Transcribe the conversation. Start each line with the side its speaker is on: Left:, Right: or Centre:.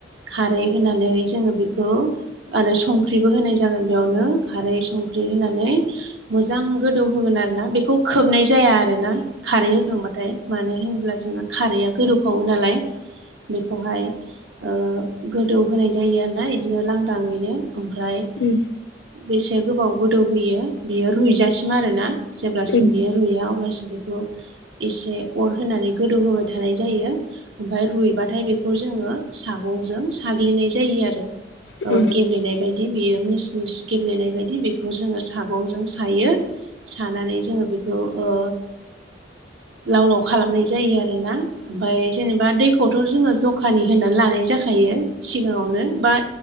Right: खारै होनानै जोङो बेखौ आरो संख्रिबो होनाय जागोन बेयावनो खारै संख्रि होनानै मोजां गोदौ होगोन आरो ना बेखौ खोबनाय जाया आरो ना खारै होखांबा फ्राय मानो होनब्ला जोंहा खारैया गोदौफावो नालाय बेखौहाय ओ गोदौ होनाय जायो आरोना इदिनो लांदाङैनो ओमफ्राय
Left: उम।
Right: बेसे गोबाव गोदौ होयो बेयो रुइजासिम आरोना। जेब्लासिम
Left: उम उम
Right: बेयो रुया अब्लासिम बेखौ एसे अर होनानै गोदौ होबाय थानाय जायो। ओमफाय रुइबाथाय बेखौ जोङो सागंजों साग्लिनाय जायो आरो।
Left: औ
Right: ओ गेब्लेनाय बायदि बियो मिस मिस गेब्लेनाय बायदि बेखौ जोङो सागंजों सायो। सानानै जोङो बेखौ ओ लाव लाव खालामनाय जायो आरो ना। ओमफाय जेनेबा दैखौ खौथ जोङो जखानि होनानै लानाय जाखायो सिगाङावनो बा